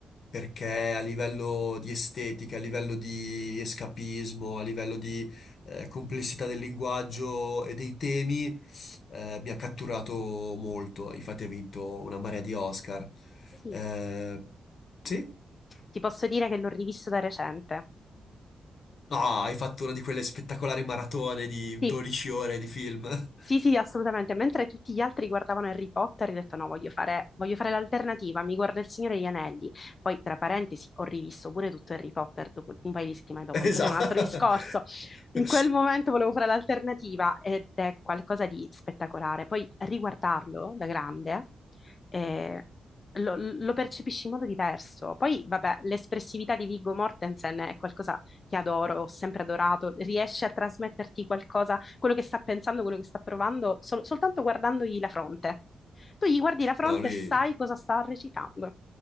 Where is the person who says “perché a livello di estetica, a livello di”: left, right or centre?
Left